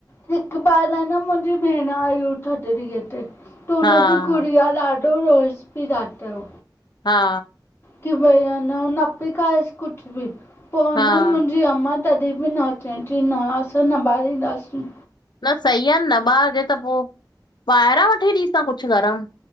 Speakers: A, on the left; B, on the left.
A: हिकु बार आ न मुंहिंजी भेंण आई हुई थधड़ीअ ते, त हुनजी
B: हा
A: गुड़िया
B: हा
A: ॾा ढो रोएसि पी रात यो
B: हा
A: की भई अ न पी खाएसि कुछु बी पो
B: हा
A: न मुंहिंज जी अम्मां तॾिहिं ॿि न चईं कि न असां न ॿारींदासी।
B: न सही आ, न ॿारजे त पो ॿाहिरां वठी ॾींस हां कुछु गरमु।